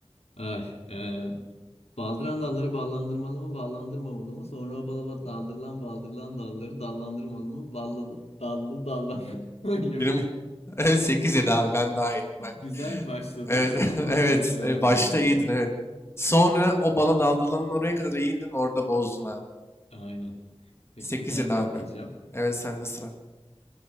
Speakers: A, on the left; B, on the left.
A: Ay, e, baldıran dalları ballandırmalı mı, ballandırmamalı mı? Sonra o bala daldırılan baldırılan dalları dallandırmalı mı? Ballı dallı dallandırmalı mı? <laughs> Yok.
B: Benim evet, 8 7 abi ben daha yedim bak.
A: Güzel başladım
B: Evet, <laughs>
A: ama
B: evet.
A: getiremedim
B: e, Başta
A: devamını.
B: iyiydin, evet. Sonra o bala daldırılanın oraya kadar iyiydin, orada bozdun abi.
A: Aynen. Peki
B: 8
A: bir tane
B: 7
A: daha
B: abi.
A: okuyacağım.
B: Evet, sende sıra.